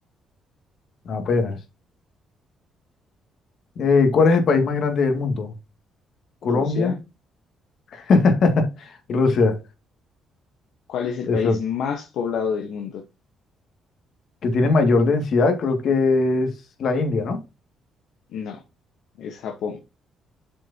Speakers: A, on the left; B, on the left.
A: apenas. Eh, ¿cuál es el país más grande del mundo? Colombia,
B: Rusia.
A: <laughs> Rusia,
B: ¿Cuál es el
A: eso,
B: país más poblado del mundo?
A: que tiene mayor densidad, creo que es la India, ¿no?
B: No, es Japón.